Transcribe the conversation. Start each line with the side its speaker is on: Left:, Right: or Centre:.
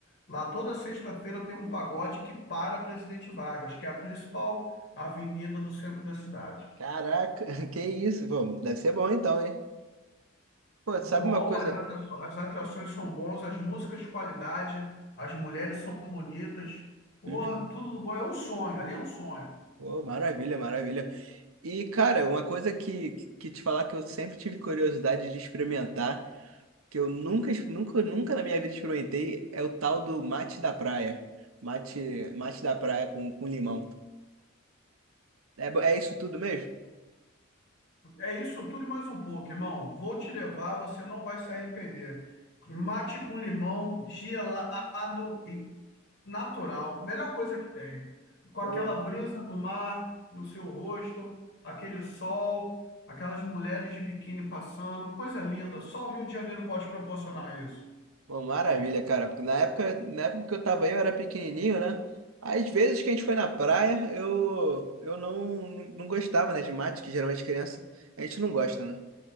Left: Lá toda sexta-feira tem um pagode que para Presidente Vargas, que é a principal avenida do centro da cidade.
Right: Caraca, <laughs> que isso, pô, deve ser bom então, hein? Pô,
Left: Bom,
Right: sabe uma coisa?
Left: as atraço- as atrações são bons, as músicas de qualidade, as mulheres são bonitas. Pô,
Right: Uhum.
Left: tudo do bom. É um sonho, ali é um sonho.
Right: Pô, maravilha, maravilha. E, cara, uma coisa que, que te falar que eu sempre tive curiosidade de experimentar, que eu nunca, ex- nunca, nunca na minha vida experimentei, é o tal do mate da praia. Mate, mate da praia com, com limão. É, bo- é isso tudo mesmo?
Left: É isso tudo e mais um pouco, irmão. Vou te levar, você não vai se arrepender. Mate com limão, gelado e natural. Melhor coisa que tem. Com
Right: Pô,
Left: aquela brisa do mar no seu rosto, aquele sol, aquelas mulheres de biquíni passando. Coisa linda. Só o Rio de Janeiro pode proporcionar isso.
Right: Pô, maravilha, cara. Na época, na época que eu tava aí, eu era pequenininho, né? Às vezes que a gente foi na praia, eu, eu não, não gostava, né, de mate, que geralmente criança a gente não gosta, né?